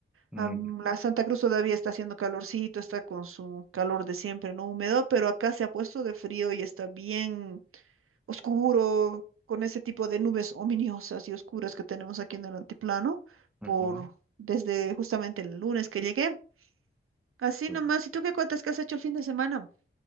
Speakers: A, in the centre; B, on the right.
A: Mm,
B: Am, la Santa Cruz todavía está haciendo calorcito, está con su calor de siempre, no húmedo, pero acá se ha puesto de frío y está bien oscuro, con ese tipo de nubes ominosas y oscuras que tenemos aquí en el antiplano,
A: ujú,
B: por desde justamente el lunes que llegué. Así
A: claro.
B: nomás, ¿y tú qué cuentas que has hecho el fin de semana?